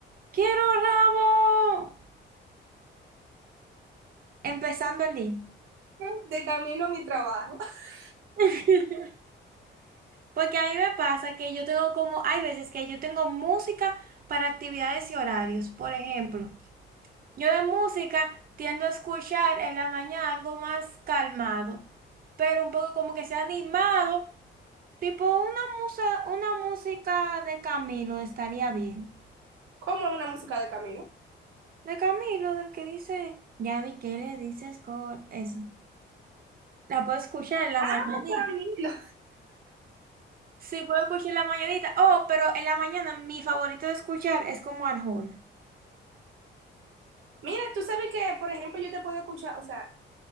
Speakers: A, on the right (about 45°); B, on the right (about 80°).
A: quiero rabo empezando el día.
B: dice de camino a mi trabajo. <laughs>
A: <laughs> Porque a mí me pasa que yo tengo como, hay veces que yo tengo música para actividades y horarios, por ejemplo. Yo de música tiendo a escuchar en la mañana algo más calmado, pero un poco como que sea animado, tipo una musa, una música de Camilo estaría bien.
B: ¿Cómo es una música de camino?
A: De Camilo, del que dice, ya vi que le dices con eso. La puedo escuchar en la
B: Ah,
A: mañanita.
B: Camilo.
A: Sí, puedo escuchar en la mañanita. Oh, pero en la mañana mi favorito de escuchar es como Arjona.
B: <laughs> Mira, tú sabes que, por ejemplo, yo te puedo escuchar, o sea,